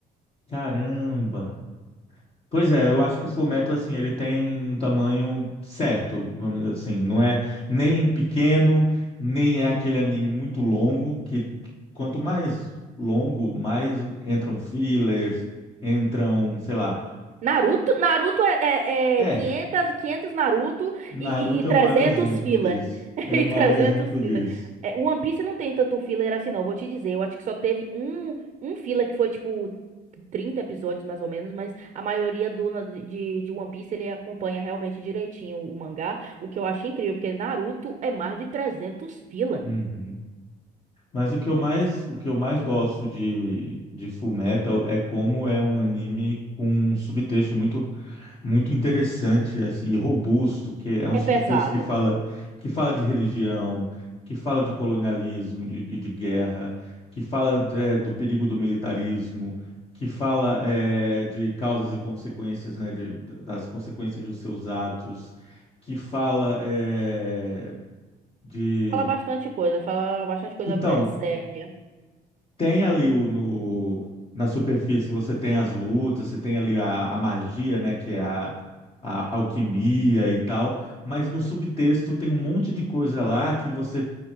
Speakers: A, on the left (about 35°); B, on the right (about 45°).
A: caramba! Pois é, eu acho que Fullmetal, assim, ele tem um tamanho certo, vamos dizer assim. Não é nem pequeno, nem é aquele anime muito longo, que quanto mais longo, mais entram fillers, entram, sei lá.
B: Naruto? Naruto é, é,
A: É,
B: é 500, 500 Naruto
A: Naruto
B: e, e, e 300
A: é o maior exemplo
B: filler.
A: disso.
B: <laughs>
A: É
B: E
A: o maior
B: 300
A: exemplo
B: filler.
A: disso.
B: É, One Piece não tem tanto filler assim, não. Vou te dizer, eu acho que só teve um, um filler que foi, tipo, 30 episódios, mais ou menos, mas a maioria do, na- de, de One Piece, ele acompanha realmente direitinho o mangá, o que eu acho incrível, porque Naruto é mais de 300 filler.
A: Uhum. Mas o que eu mais, o que eu mais gosto de, de Fullmetal é como é um anime com um subtexto muito muito interessante assim e robusto que é um
B: É
A: subtexto
B: pesado.
A: que fala que fala de religião que fala de colonialismo de- e de, guerra que fala é, do perigo do militarismo que fala é, de causas e consequências né de, das consequências dos seus atos que fala é, de
B: Fala bastante coisa, fala bastante coisa
A: então
B: pé- séria.
A: tem ali o, no, na superfície, você tem as lutas, você tem ali a, a magia, né, que é a, a alquimia e tal, mas no subtexto tem um monte de coisa lá que você,